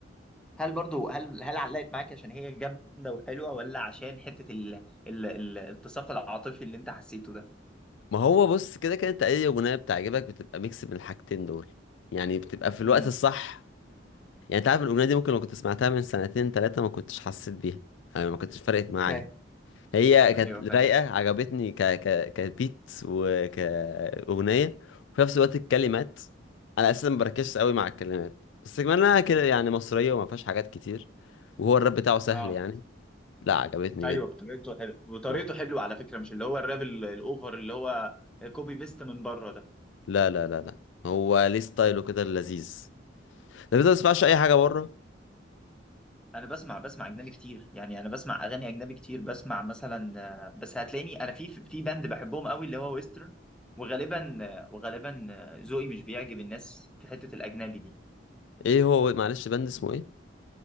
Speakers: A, in the centre; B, on the left (about 75°).
A: هل برضو هل هل علقت معاك عشان هي جامده وحلوه ولا عشان حته ال... ال... ال- التصاق العاطفي اللي انت حسيته ده
B: ما هو بص كده كده انت اي اغنية بتعجبك بتبقى ميكس من الحاجتين دول يعني بتبقى في الوقت
A: امم
B: الصح يعني انت عارف الاغنية دي ممكن لو كنت سمعتها من سنتين تلاتة ما كنتش حسيت بيها يعني ما كنتش فرقت معايا
A: فاهم
B: هي كانت
A: ايوه فاهم
B: رايقة عجبتني ك ك كبيت وكأغنية وفي نفس الوقت الكلمات أنا أساسا ما بركزش قوي مع الكلمات بس كمان أنا كده يعني مصرية وما فيهاش حاجات كتير وهو الراب بتاعه سهل
A: اه
B: يعني لا عجبتني
A: ايوه
B: جدا
A: بطريقته حلوه بطريقته
B: اه
A: حلوه على فكره مش اللي هو الراب ال- الاوفر اللي هو كوبي بيست من بره
B: لا لا لا لا هو ليه ستايله كده اللذيذ ده ما تسمعش أي حاجة بره
A: انا بسمع بسمع اجنبي كتير يعني انا بسمع اغاني اجنبي كتير بسمع مثلا آه، بس هتلاقيني انا في في باند بحبهم قوي اللي هو ويسترن وغالبا آه، وغالبا آه، ذوقي مش بيعجب الناس في حتة الاجنبي دي
B: ايه هو معلش باند اسمه ايه